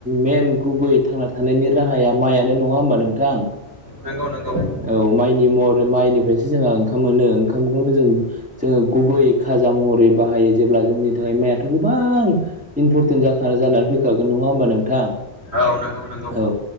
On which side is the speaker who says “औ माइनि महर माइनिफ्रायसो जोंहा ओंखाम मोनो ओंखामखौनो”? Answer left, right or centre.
Centre